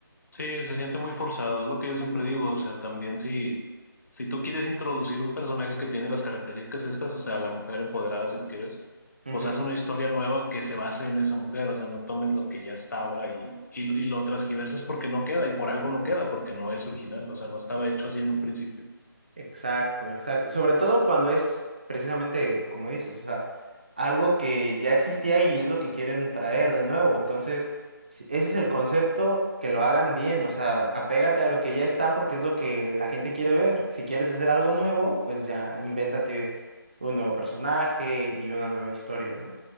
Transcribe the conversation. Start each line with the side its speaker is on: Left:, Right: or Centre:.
Left: Sí, se siente muy forzado, es lo que yo siempre digo, o sea, también si, si tú quieres introducir un personaje que tiene las características estas, o sea, la mujer empoderada, si tú quieres,
Right: Ujú.
Left: pues haz una historia nueva que se base en esa mujer, o sea, no tomes lo que ya estaba y, y, y lo transgiverses porque no queda y por algo no queda, porque no es original, o sea, no estaba hecho así en un principio.
Right: Exacto, exacto. Sobre todo cuando es precisamente como dices, o sea, algo que ya existía y es lo que quieren traer de nuevo. Entonces, si- ese es el concepto, que lo hagan bien, o sea, apégate a lo que ya está porque es lo que la gente quiere ver. Si quieres hacer algo nuevo, pues ya invéntate un nuevo personaje y una nueva historia, ¿no?